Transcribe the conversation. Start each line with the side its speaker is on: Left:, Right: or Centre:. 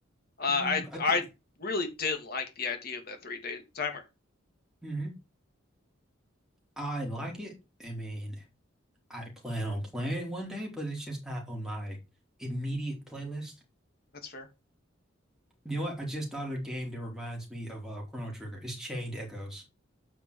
Left: uh,
Centre: Mm,
Left: I
Centre: I think
Left: I really didn't like the idea of that three day timer.
Centre: mhm. I like it. I mean, I plan on playing it one day, but it's just not on my immediate playlist.
Left: That's fair.
Centre: You know what? I just thought of a game that reminds me of uh Chrono Trigger. It's Chained Echoes.